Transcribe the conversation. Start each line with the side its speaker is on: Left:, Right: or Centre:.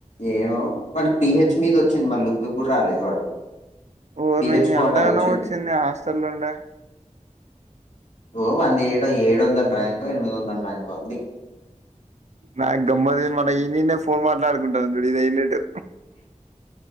Left: ఏమో వాకి పిహెచ్ మీద వచ్చింది మళ్ళీ ఉతుగురు రాలేదు వాడు
Right: ఊరిని
Left: పిహెచ్ కోటాలో
Right: ఎంతగానో
Left: వచ్చిండు
Right: వచ్చింది హాస్టల్ండ
Left: ఓ వంద ఏడో ఏడు వందల ర్యాంకు ఎనిమిది వందల ర్యాంకు అంది
Right: నా గమ్మతి మన ఈ నిన్నే ఫోన్ మాట్లాడుకుంటారుడు ఇదియల్లేటు